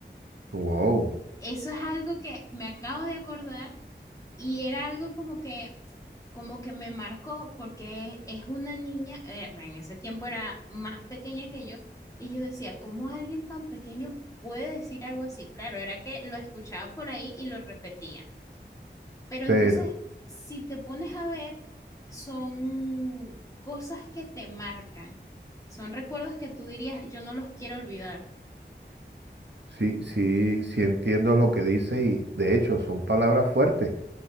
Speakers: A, on the right; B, on the left.
A: wow,
B: Eso es algo que me acabo de acordar Y era algo como que, como que me marcó porque es una niña, eh, bueno, en ese tiempo era más pequeña que yo, y yo decía, ¿cómo alguien tan pequeño puede decir algo así? Claro, era que lo escuchaba por ahí y lo repetía. Pero
A: pero
B: entonces, si te pones a ver, son cosas que te marcan, son recuerdos que tú dirías, yo no los quiero olvidar.
A: sí, sí, sí entiendo lo que dice y de hecho son palabras fuertes.